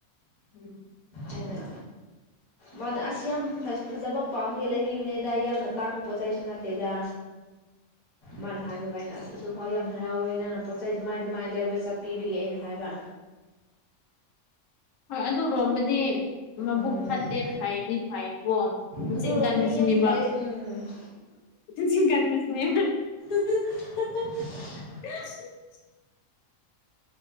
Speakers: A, on the left; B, on the left.
A: ꯎꯝ
B: ꯑꯩꯅ ꯃꯥꯅ ꯑꯁ ꯌꯥꯝ ꯐ ꯐꯖꯕ ꯄꯥꯝꯃꯥꯦ ꯂꯩꯕꯤꯕꯅꯦꯗ ꯌꯥꯝꯅ ꯇꯥꯡ ꯄꯣꯠ ꯆꯩꯁꯨ ꯅꯠꯇꯦꯗ ꯃꯥꯅ ꯍꯥꯏꯕ ꯀꯥꯏꯅ ꯑꯁ ꯑꯁꯨ ꯐꯥꯎ ꯌꯥꯝ ꯍꯔꯥꯎꯋꯦ ꯅꯪ ꯄꯣꯠ ꯆꯩ ꯑꯗꯨꯃꯥꯏ ꯑꯗꯨꯃꯥꯏꯅ ꯂꯩꯕ ꯆꯠꯄꯤꯕꯤꯒꯦ ꯑꯩꯅ ꯍꯥꯏꯕ
A: ꯍꯣꯏ ꯑꯗꯨ ꯔꯣꯝꯃꯗꯤ ꯃꯕꯨꯛ
B: ꯎꯝ
A: ꯐꯠꯇꯦ ꯐꯩꯗꯤ ꯐꯩꯌꯦꯀꯣ ꯃꯆꯤꯟ
B: ꯑꯗꯨꯔꯣꯝꯗꯤ
A: ꯀꯟꯕꯁꯤꯅꯦꯕ
B: ꯌꯥꯝ ꯐꯩ ꯎꯝ
A: ꯆꯤꯟ ꯀꯟꯕꯁꯤꯅꯦ
B: <unintelligible>
A: <inaudible>